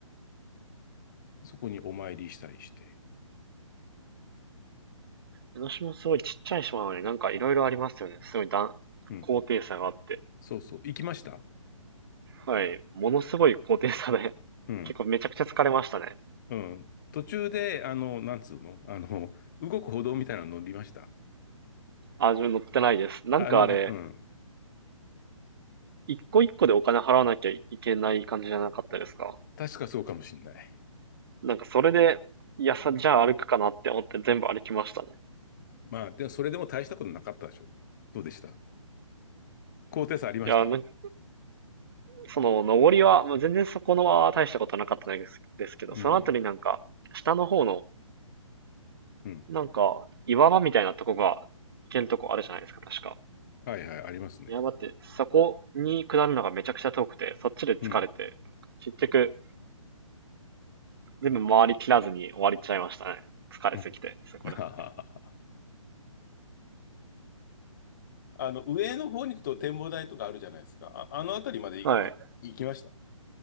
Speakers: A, on the left (about 35°); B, on the right (about 45°).
A: そこにお参りしたりして。
B: 江ノ島すごいちっちゃい島なのになんかいろいろありますよね。すごいだ高低差があって。
A: うん。そうそう。行きました
B: はい。ものすごい高低差で、
A: うん。
B: 結構めちゃくちゃ疲れましたね。
A: うん。途中で、あの、なんつうのあの、動く歩道みたいなの乗りました
B: あ、自分乗ってないです。なんかあれ、
A: あのね、うん。
B: 一個一個でお金払わなきゃいけない感じじゃなかったですか
A: 確かそうかもしんない。
B: なんかそれで、いやさ、じゃあ歩くかなって思って全部歩きましたね。
A: まあ、でもそれでも大したことなかったでしょ。どうでした高低差ありました
B: いや、なんかその、登りは、まあ、全然そこのは大したことなかったですですけど、
A: うん。
B: その後になんか、下の方の、
A: うん。
B: なんか、岩場みたいなとこが、行けるとこあるじゃないですか、確か。
A: はいはい、ありますね。
B: いや、だって、そこに下るのがめちゃくちゃ遠くて、そっちで疲れて、
A: うん。
B: 結局、全部回り切らずに終わりちゃいましたね。疲れすぎて、
A: うん
B: そこら辺で。
A: <laughs> あの、上の方に行くと展望台とかあるじゃないですか。あ、あの辺りまでいい行きました。
B: はい。